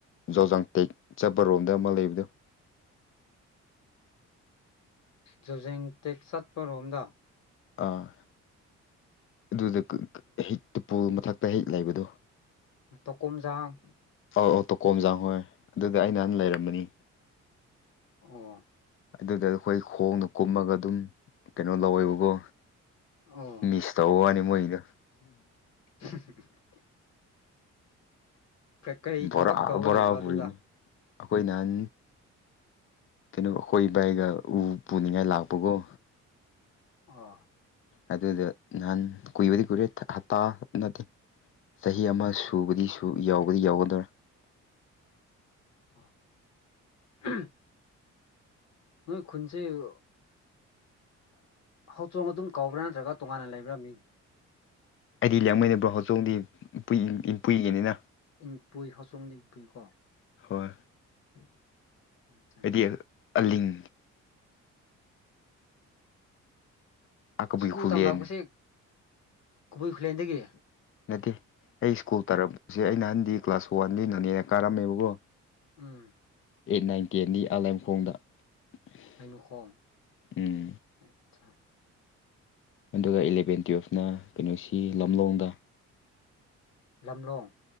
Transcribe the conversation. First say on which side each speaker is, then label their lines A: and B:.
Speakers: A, on the left; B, on the left.
A: ꯖꯧꯖꯥꯡ ꯇꯦꯛ ꯆꯠꯄꯔꯣꯝꯗ ꯑꯃ ꯂꯩꯕꯗꯣ꯫
B: ꯖꯨꯖꯦꯡ ꯇꯦꯛ ꯆꯠꯄꯔꯣꯝꯗ꯫
A: ꯑꯥ꯫ ꯑꯗꯨꯗ ꯀ ꯀ ꯍꯤ ꯇꯨꯄꯨꯜ ꯃꯊꯛꯇ ꯍꯦꯛ ꯂꯩꯕꯗꯣ꯫
B: ꯇꯣꯀꯨꯝꯖꯍꯥꯡ꯫
A: ꯑꯧ ꯑꯣ ꯇꯣꯀꯣꯝꯖꯥꯡ ꯍꯣꯏ ꯑꯗꯨꯗ ꯑꯩ ꯅꯍꯥꯟ ꯂꯩꯔꯝꯕꯅꯤ꯫
B: ꯑꯣ꯫
A: ꯑꯗꯨꯗ ꯑꯩꯈꯣꯏ ꯈꯣꯡꯅ ꯀꯨꯝꯃꯒ ꯑꯗꯨꯝ ꯀꯩꯅꯣ ꯂꯧꯋꯦꯕꯀꯣ
B: ꯑꯣ
A: ꯃꯤꯁ ꯇꯧꯕ ꯋꯥꯅꯦ ꯃꯣꯏꯒꯤꯗꫭ꯫
B: <unintelligible> ꯀꯩꯀꯩ ꯊꯕꯛ
A: ꯕꯣꯔꯥ
B: ꯇꯧꯔꯒ
A: ꯕꯣꯔꯥ
B: ꯂꯩꯕ ꯑꯗꯨꯗ
A: ꯄꯨꯔꯤꯅꯤ꯫ ꯑꯩꯈꯣꯏ ꯅꯍꯥꯟ ꯀꯩꯅꯣ ꯑꯩꯈꯣꯏ ꯏꯕꯥꯏꯒ ꯎ ꯄꯨꯅꯤꯡꯉꯥꯏ ꯂꯥꯛꯄꯒꯣ꯫
B: ꯑꯣ꯫
A: ꯑꯗꯨꯗ ꯅꯍꯥꯟ ꯀꯨꯏꯕꯗꯤ ꯀꯨꯏꯔꯦ ꯍꯞꯇꯥ ꯅꯠꯇꯦ꯫ ꯆꯍꯤ ꯑꯃ ꯁꯨꯕꯗꯤ ꯌꯥꯎꯕꯗꯤ ꯌꯥꯎꯒꯗꯧꯔꯥ
B: ꯑꯣ ꯑꯍꯝ ꯅꯣꯏ ꯈꯨꯟꯁꯦ--ꯑꯣ ꯍꯧꯆꯣꯡ ꯑꯗꯨꯝ ꯀꯧꯕ꯭ꯔꯥ ꯅꯠꯇ꯭ꯔꯒ ꯇꯣꯉꯥꯟꯅ ꯂꯩꯕ꯭ꯔꯥ ꯃꯤꯡ
A: ꯑꯩꯗꯤ ꯂꯦꯡꯃꯩꯗꯕ꯭ꯔꯣ ꯍꯧꯣꯆꯧꯗꯤ ꯏꯄꯨꯏꯒꯤꯅꯤꯅ
B: ꯏꯟ ꯄꯨꯏ ꯍꯆꯣꯡꯗꯤ ꯄꯨꯨꯏꯀꯣ
A: ꯍꯣꯏ
B: ꯎꯝ <unintelligible>
A: ꯍꯥꯏꯗꯤ ꯑꯂꯤꯡ ꯑꯀꯕꯨꯏ
B: ꯁ꯭ꯀꯨꯜ
A: ꯈꯨꯂꯦꯟ
B: ꯇꯝꯂꯛꯄꯁꯦ ꯀꯕꯨꯏ ꯈꯨꯂꯦꯟꯗꯒꯤ
A: ꯅꯠꯇꯦ ꯑꯩ ꯁ꯭ꯀꯨꯜ ꯇꯥꯔꯛꯄꯁꯦ ꯑꯩ ꯅꯍꯥꯟꯗꯤ ꯀ꯭ꯂꯥꯁ ꯋꯥꯟꯗꯒꯤ ꯅꯣꯅꯦꯗ ꯀꯥꯔꯝꯃꯦꯕꯀꯣ
B: ꯎꯝ
A: ꯑꯩꯠ ꯅꯥꯏꯟ ꯇꯦꯟꯗꯤ ꯑꯥꯂꯥꯏꯃꯈꯣꯡꯗ--ꯎꯝ꯫
B: ꯂꯩꯃꯈꯣꯡ ꯑꯆꯥ
A: ꯑꯗꯨꯒ ꯏꯂꯕꯦꯟ ꯇꯨꯋꯜꯐꯅ ꯀꯩꯅꯣꯁꯤ ꯂꯝꯂꯣꯡꯗ
B: ꯂꯝꯂꯣꯡ